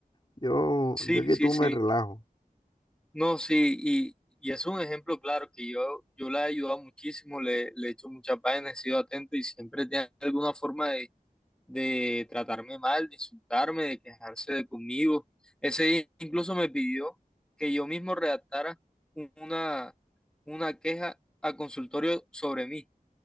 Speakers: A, on the left; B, in the centre.
A: yo,
B: Sí,
A: yo que
B: sí,
A: tú
B: sí.
A: me relajo.
B: No, sí, y, y es un ejemplo claro que yo, yo la he ayudado muchísimo, le, le he hecho muchas páginas, he sido atento y siempre tiene alguna forma de, de tratarme mal, de insultarme, de quejarse de conmigo. Ese día incluso me pidió que yo mismo redactara un- una, una queja a consultorio sobre mí,